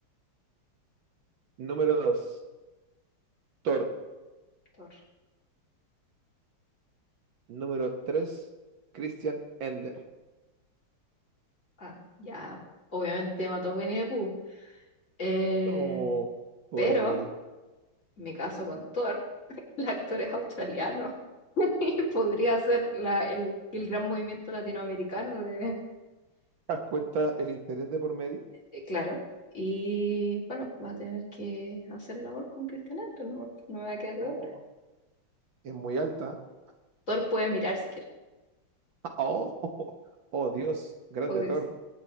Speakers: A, on the right; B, on the left.
A: Número dos, Thor.
B: Thor.
A: Número tres Christian Endler.
B: Ah, ya. Obviamente mató a Winnie the Pooh. Eh,
A: Oh, pobre
B: pero
A: miel.
B: me caso con Thor. <laughs> El actor es australiano. <laughs> Y podría ser la- el, el gran movimiento latinoamericano de.
A: ¿Te das cuenta el interés de por medio?
B: Eh, claro. Y bueno, va a tener que hacer el amor con Cristian Andro, no, no me va a quedar de
A: Oh,
B: otra.
A: es muy alta. ¿eh?
B: Thor puede mirar si quiere.
A: Oh, <laughs> oh, Dios, grande
B: O dice-
A: Thor.